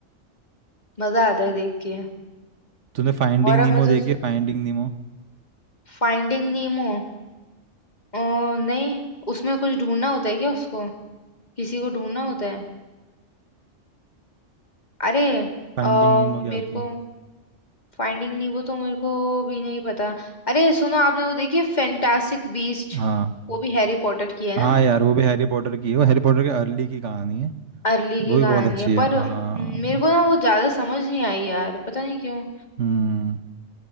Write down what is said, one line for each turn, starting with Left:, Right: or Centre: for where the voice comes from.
Left: मजा आता है देख के
Right: तूने फाइंडिंग
Left: और अब
Right: नीमो
Left: मैं तो
Right: देखी है फाइंडिंग नीमो
Left: फाइंडिंग नीमो अ, नहीं उसमें कुछ ढूंढना होता है क्या उसको किसी को ढूंढना होता है अरे
Right: फाइंडिंग
Left: अ,
Right: नीमो क्या
Left: मेरे
Right: होती
Left: को
Right: है
Left: फाइंडिंग नीमो तो मेरे को भी नहीं पता अरे सुनो आपने वो देखी है फैंटास्टिक बीस्ट
Right: हाँ
Left: वो भी हैरी पॉटर की है ना
Right: हाँ यार वो भी हैरी पॉटर की है वो हैरी पॉटर के अर्ली की कहानी है
Left: अर्ली की
Right: वो भी
Left: कहानी
Right: बहुत अच्छी
Left: है
Right: है
Left: पर हम्म,
Right: हाँ
Left: मेरे को ना वो ज्यादा समझ नहीं आई यार पता नहीं क्यों
Right: हम्म